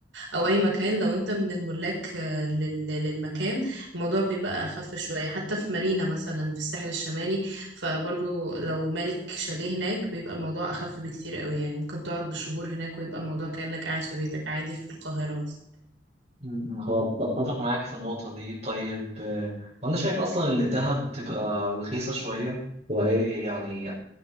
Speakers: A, on the right (about 85°); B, on the right (about 35°).
A: او اي مكان لو انت من الملاك آه، لل... للمكان الموضوع بيبقى اخف شوية حتى في مارينا مثلا في الساحل الشمالي فبرضو لو مالك شاليه هناك بيبقى الموضوع اخف بكتير قوي يعني ممكن تقعد بشهور هناك ويبقى الموضوع كأنك قاعد في بيتك عادي في القاهرة مثلا
B: م- م. هو اتفق معاك في النقطة دي طيب آه، وانا شايف اصلا ان الذهب بتبقى رخيصة شوية وهي يعني